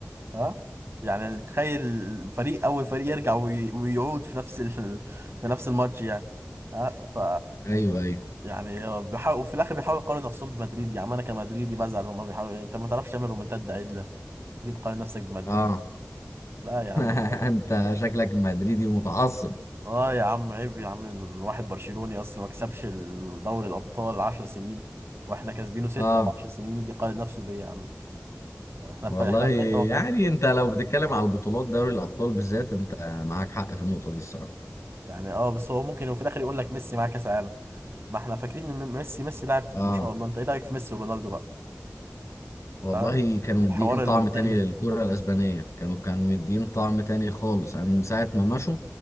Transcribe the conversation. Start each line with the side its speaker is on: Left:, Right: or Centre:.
Right: ها يعني تخيل فريق اول فريق يرجع وي- ويعود في نفس ال... في نفس الماتش يعني ها ف
Left: ايوه ايوه
Right: يعني هو بيحاول وفي الاخر بيحاولوا يقارنوا نفسهم بمدريد يعني انا كمدريدي بزعل هما بيحاولوا يعني انت ما تعرفش تعمل رومنتاد عدله تيجي تقارن نفسك بمدريد
Left: اه
Right: لا يا عم
Left: <laughs>
Right: ما ينفعش كده.
Left: انت شكلك مدريدي ومتعصب
Right: اه يا عم عيب يا عم الواحد برشلوني اصلا ما كسبش دوري الابطال 10 سنين واحنا كاسبينه ستة
Left: اه
Right: في 10 سنين يجي يقارن نفسه بيا يا عم احنا
Left: والله
Right: في احنا في حته وهو في
Left: يعني
Right: حته
Left: انت لو بتتكلم على البطولات دوري الابطال بالذات انت معاك حق في النقطة دي الصراحة
Right: يعني اه بس هو ممكن في الاخر يقول لك ميسي معاه كاس عالم ما احنا فاكرين ان ميسي ميسي لاعب
Left: اه
Right: ما شاء الله انت ايه رايك في ميسي ورونالدو بقى
Left: والله
Right: ها
Left: كانوا
Right: الحوار
Left: مدين طعم
Right: التاريخي
Left: تاني للكرة الاسبانية كانوا كانوا مدين طعم تاني خالص انا من ساعة ما مشوا